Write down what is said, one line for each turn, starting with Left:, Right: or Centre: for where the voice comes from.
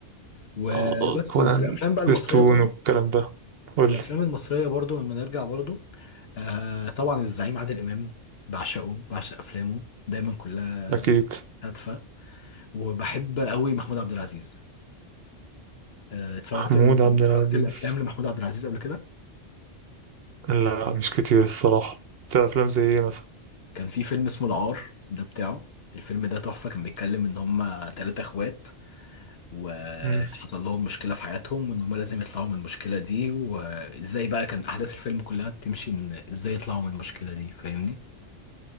Left: وبس
Right: آه، كونان
Left: وفي الافلام بقى
Right: سبيستون
Left: المصريه برضه
Right: والكلام ده قول
Left: في الافلام
Right: لي
Left: المصريه برضه لما نرجع برضه آه طبعا الزعيم عادل امام بعشقه بعشق افلامه دايما كلها
Right: اكيد
Left: هادفه وبحب قوي محمود عبد العزيز آه، اتفرجت
Right: محمود
Left: ال-
Right: عبد
Left: اتفرجت
Right: العزيز
Left: الافلام لمحمود عبد العزيز قبل كده
Right: لا مش كتير الصراحه انت افلام زي ايه مثلا
Left: كان في فيلم اسمه العار ده بتاعه الفيلم ده تحفة كان بيتكلم ان هما تلاتة اخوات وحصل
Right: مم.
Left: لهم مشكلة في حياتهم وان هما لازم يطلعوا من المشكلة دي وازاي بقى كان احداث الفيلم كلها بتمشي ان ازاي يطلعوا من المشكلة دي فاهمني